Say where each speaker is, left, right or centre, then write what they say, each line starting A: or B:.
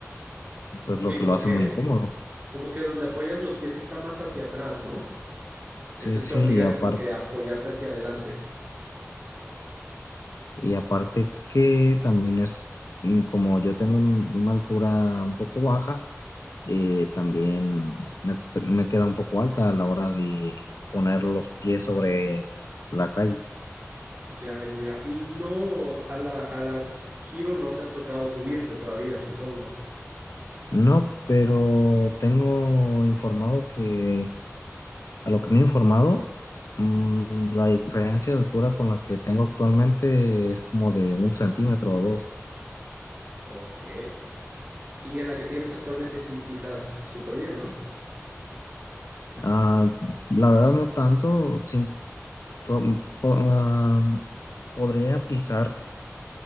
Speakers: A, on the left; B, on the right.
A: pues
B: Ok,
A: lo que
B: como
A: lo hace
B: que,
A: muy incómodo.
B: como que donde apoyas los pies está más hacia atrás, ¿no? Entonces
A: Sí, sí,
B: te obliga
A: y aparte,
B: como que a apoyarte hacia adelante.
A: Y aparte que también es, mm, como yo tengo un- una altura un poco baja, eh, también me, me queda un poco alta a la hora de poner los pies sobre la calle.
B: Ya, ya. Y no, a la, a la Giro no te ha tocado subirte todavía, supongo.
A: No, pero tengo informado que, a lo que me he informado, mm, la diferencia de altura con la que tengo actualmente es como de un centímetro o dos.
B: Ok. Y en la que tienes actualmente sí pisas súper bien, ¿no?
A: Ah, la verdad no tanto, sin- to- po- ah, podría pisar